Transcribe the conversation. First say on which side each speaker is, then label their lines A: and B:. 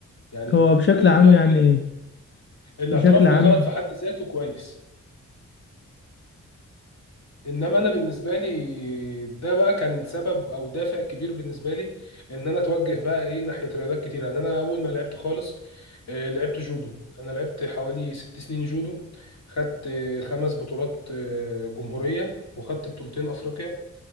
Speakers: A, on the left (about 60°); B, on the left (about 40°).
A: يعني
B: هو بشكل
A: قول
B: عام
A: اه
B: يعني
A: قول. الاعتراف
B: بشكل عام
A: بالغلط في حد ذاته كويس انما انا بالنسبه لي ده بقى كان سبب او دافع كبير بالنسبه لي ان انا اتوجه بقى ايه ناحيه رياضات كتير يعني انا اول ما لعبت خالص آه، لعبت جودو انا لعبت حوالي ست سنين جودو خدت آه، خمس بطولات آه، جمهوريه وخدت بطولتين افريقيا